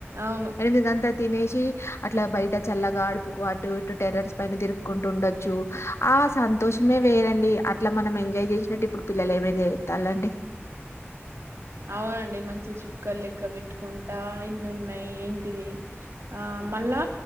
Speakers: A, on the right; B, on the left.
A: అవును
B: రెందు కంతా తినే చి అట్లా బయట చల్లగాడుపుకు అటు ఇటు టెర్రస్ పైన తిరుక్కుంటూ ఉండొచ్చు ఆ సంతోషమే వేరండి అట్లా మనం ఎంజాయ్ జేసినట్టు ఇప్పుడు పిల్లలు ఏం ఎంజాయ్ జేత్తాలండి
A: అవునండి మంచి చుక్కలు లెక్క పెట్టుకుంటా ఎన్ని ఉన్నాయ్ ఏం టిది ఆ మళ్ళా